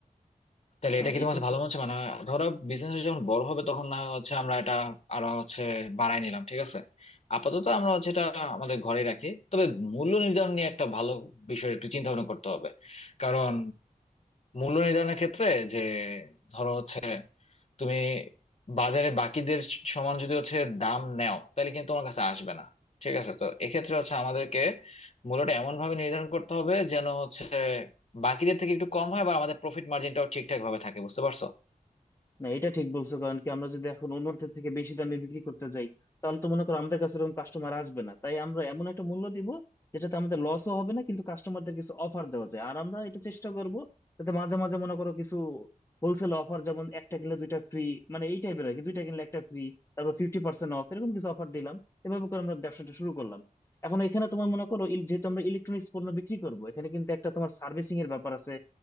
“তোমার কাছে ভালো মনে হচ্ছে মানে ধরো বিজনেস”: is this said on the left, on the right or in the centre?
Left